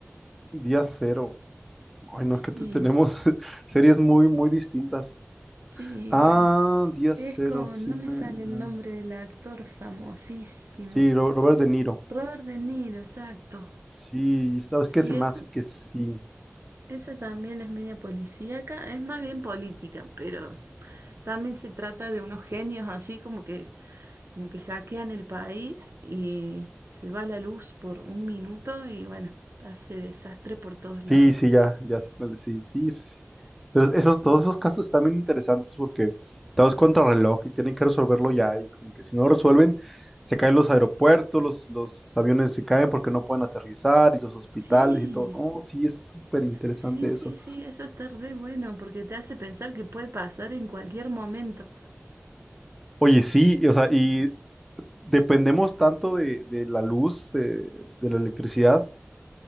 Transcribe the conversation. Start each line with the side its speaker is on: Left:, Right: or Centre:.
Centre: Día cero. Ay, no,
Right: Sí,
Centre: es que te- tenemos <laughs> series muy, muy distintas.
Right: sí,
Centre: Ah,
Right: bueno.
Centre: Día cero,
Right: Es con,
Centre: sí
Right: no
Centre: me...
Right: me sale el
Centre: ah.
Right: nombre del actor famosísimo.
Centre: Sí, Ro- Robert De Niro.
Right: Robert De Niro, exacto.
Centre: Sí, ¿sabes
Right: Sí,
Centre: qué? Se me
Right: esa,
Centre: hace que sí.
Right: esa también es media policíaca, es más bien política, pero también se trata de unos genios así como que como que hackean el país y se va la luz por un minuto y bueno, hace desastre por todos lados.
Centre: Sí, sí, ya, ya sé cuál es, sí, sí, sí. sí. Pero esos,
Right: Sí,
Centre: todos esos casos están bien interesantes porque todo es contrarreloj y tienen que resolverlo ya y como que si no lo resuelven, se caen los aeropuertos, los, los aviones se caen porque no pueden aterrizar y los hospitales
Right: sí,
Centre: y todo. Oh, sí, es súper interesante
Right: sí, sí,
Centre: eso.
Right: sí, eso está re bueno porque te hace pensar que puede pasar en cualquier momento.
Centre: Oye, sí, y, o sea, y dependemos tanto de, de la luz, de, de la electricidad,